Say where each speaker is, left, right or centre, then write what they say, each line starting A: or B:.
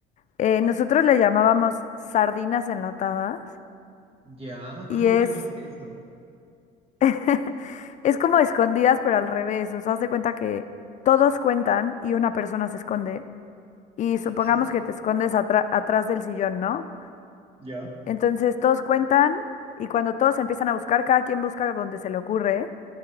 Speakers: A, on the left; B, on the right.
A: Eh, nosotros le llamábamos sardinas enlatadas
B: Ya,
A: y
B: <laughs> ¿cómo
A: es,
B: consiste eso?
A: <laughs> es como escondidas pero al revés. O sea, haz de cuenta que todos cuentan y una persona se esconde. y
B: Claro.
A: supongamos que te escondes atra- atrás del sillón, ¿no?
B: Ya.
A: Entonces todos cuentan y cuando todos empiezan a buscar, cada quien busca donde se le ocurre.